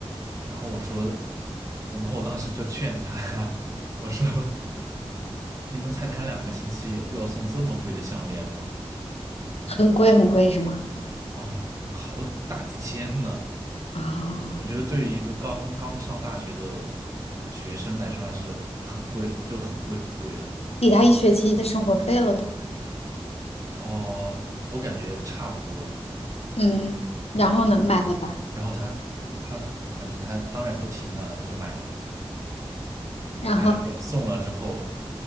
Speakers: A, on the right (about 30°); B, on the left (about 80°).
A: 然后我说，我，然后我当时就劝他，<laughs> 我说，你们才谈两个星期，有必要送这么贵的项链吗？
B: 很贵很贵是吗？
A: 啊，好大几千呢！
B: 啊，
A: 我觉得对于一个刚刚上大学的学生来说，还是很贵，很就很贵很贵了。
B: 抵他一学期的生活费了都。
A: 哦，我感觉差不多。
B: 嗯，然后呢，买了吧？
A: 然后他他反正他当然不听了，然后就买了，
B: 然后
A: 买了之后送了之后，